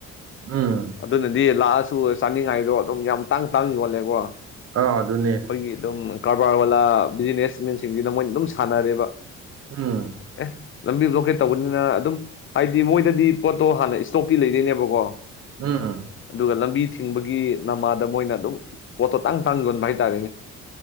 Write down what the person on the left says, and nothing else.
ꯑꯗꯨꯅꯗꯤ ꯂꯥꯛꯑꯁꯨ ꯆꯥꯅꯤꯡꯉꯥꯏꯗꯣ ꯑꯗꯨꯝ ꯌꯥꯝ ꯇꯥꯡ ꯇꯥꯡ ꯌꯣꯜꯂꯦꯀꯣ
ꯑꯩꯈꯣꯏꯒꯤ ꯑꯗꯨꯝ ꯀꯔꯕꯥꯔ ꯋꯥꯂꯥ ꯕꯤꯖꯤꯅꯦꯁꯃꯦꯟꯁꯤꯡꯁꯤꯅ ꯃꯣꯏꯅ ꯑꯗꯨꯝ ꯁꯥꯟꯅꯔꯦꯕ
ꯑꯦ ꯂꯝꯕꯤ ꯕ꯭ꯂꯣꯀꯦꯠ ꯇꯧꯕꯅꯤꯅ ꯑꯗꯨꯝ ꯍꯥꯏꯗꯤ ꯃꯣꯏꯗꯗꯤ ꯄꯣꯠꯇꯣ ꯍꯥꯟꯅ ꯏꯁꯇꯣꯛꯀꯤ ꯂꯩꯗꯣꯏꯅꯦꯕꯀꯣ
ꯑꯗꯨꯒ ꯂꯝꯕꯤ ꯊꯤꯡꯕꯒꯤ ꯅꯃꯥꯗ ꯃꯣꯏꯅ ꯑꯗꯨꯝ ꯄꯣꯠꯇꯣ ꯇꯥꯡ ꯇꯥꯡ ꯌꯣꯟꯕ ꯍꯥꯏꯇꯥꯔꯦꯅꯦ